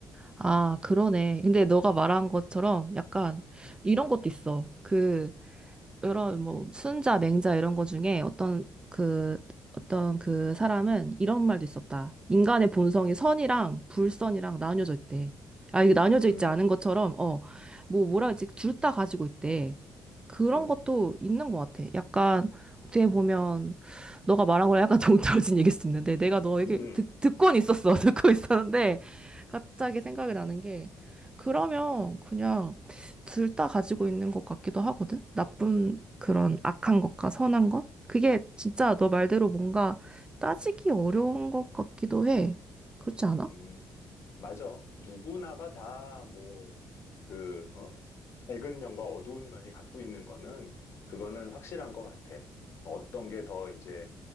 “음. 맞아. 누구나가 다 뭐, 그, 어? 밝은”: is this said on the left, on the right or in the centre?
Left